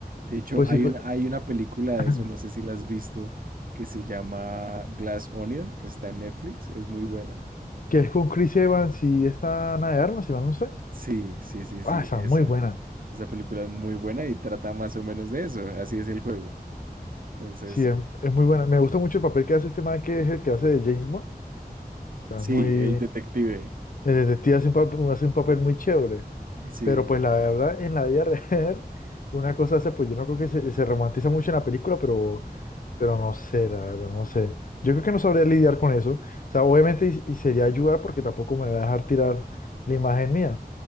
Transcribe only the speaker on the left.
Pues
sí fue,
<clears throat>
que es con Chris Evans y esta Ana de Armas, si mal no sé.
Ah, está
muy buena.
Sí, es, es muy buena. Me gusta mucho el papel que hace este man, que es el que hace de James Bond. O sea,
es muy,
el detective hace un papel, hace un papel muy chévere.
Pero pues la verdad, en la vida real, <laughs> una cosa hace, pues yo no creo que se, se romantiza mucho en la película, pero Pero no sé, la verdad, no sé. Yo creo que no sabría lidiar con eso. O sea, obviamente y, y sería ayudar porque tampoco me va a dejar tirar la imagen mía.